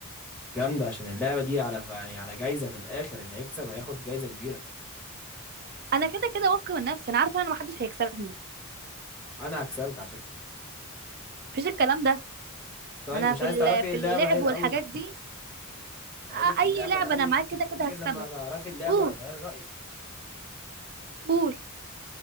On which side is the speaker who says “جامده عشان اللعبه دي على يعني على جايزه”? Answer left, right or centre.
Centre